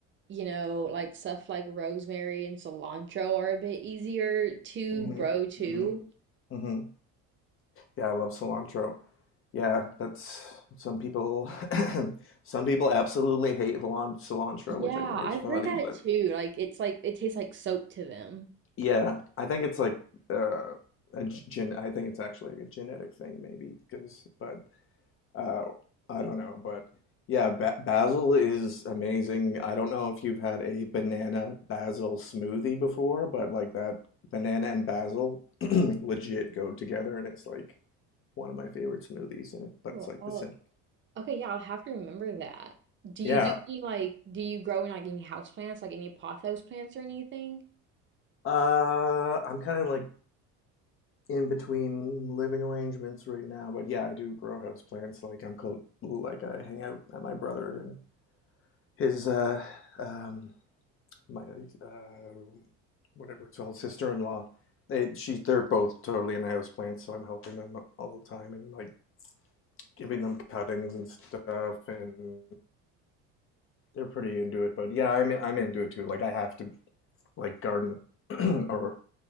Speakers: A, on the right; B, on the left.
A: you know, like stuff like rosemary and cilantro are a bit easier to
B: hmm
A: grow too.
B: hmm hmm Yeah, I love cilantro. Yeah, that's some people <coughs> <clears throat> some people absolutely hate cilan- cilantro,
A: Yeah,
B: which I think
A: I've
B: is funny,
A: heard that
B: but
A: too. Like it's like it tastes like soap to them.
B: yeah, I think it's like uh a g- gen I think it's actually a genetic thing maybe because but Uh, I don't know, but yeah, ba basil is amazing. I don't know if you've had a banana basil smoothie before, but like that banana and basil <clears throat> legit go together, and it's like one of my favorite smoothies. And it, but
A: Oh.
B: it's like the sim.
A: Okay, yeah, I'll have to remember that. Do you
B: Yeah,
A: do any like do you grow in like any house plants, like any pothos plants or anything?
B: uh, I'm kind of like in between living arrangements right now, but yeah, I do grow house plants. Like I'm close, like I hang out at my brother and his uh, um, my uh, whatever it's called, sister-in-law. They she they're both totally into plants, so I'm helping them all the time and like giving them cuttings and stuff, and they're pretty into it. But yeah, I'm I'm into it too. Like I have to like garden <clears throat> or